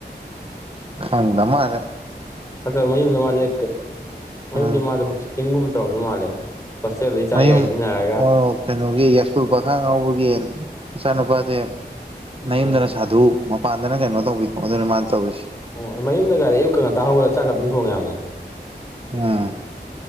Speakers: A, on the right (about 30°); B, on the left (about 15°).
A: ꯈꯪꯗ ꯃꯥꯔꯦ
B: ꯅꯠꯇ꯭ꯔ ꯃꯌꯨꯝꯗ ꯃꯥꯁꯦ ꯃꯌꯨꯝꯗꯤ
A: ꯎꯝ
B: ꯃꯥꯗ ꯐꯤꯠꯇꯤꯡꯒꯨꯝꯕ ꯇꯧꯔꯝꯗꯧ ꯃꯥꯜꯂꯦ ꯍ ꯣꯠꯆꯦꯜꯗꯩ ꯆꯥꯏꯒꯥꯏ
A: ꯃꯌꯨꯝ
B: ꯁꯤꯖꯤꯟꯅꯔꯒ
A: ꯑꯣ ꯀꯩꯅꯣꯒꯤ ꯌꯥꯏꯁꯀꯨꯜ ꯄꯥꯈꯪ ꯉꯥꯎꯕꯒꯤ ꯃꯆꯥꯅꯨꯄꯥꯁꯦ ꯅꯌꯨꯝꯗꯅ
B: ꯎꯝ
A: ꯁꯥꯗꯨ ꯃꯄꯥꯟꯗꯅ ꯀꯩꯅꯣ ꯇꯧꯕꯤꯗꯣ ꯑꯗꯨꯅꯦ ꯃꯥꯅ ꯇꯧꯔꯤꯁꯤ
B: ꯑꯣ ꯃꯌꯨꯝꯗ ꯒꯥꯗꯤ ꯑꯌꯨꯛꯀ ꯉꯟꯇꯥ ꯍꯧꯈ꯭ꯔ ꯆꯥꯛꯀ ꯑꯗꯨꯝ ꯊꯣꯡꯉꯦ ꯌꯥꯏꯕꯅꯤ
A: ꯎꯝ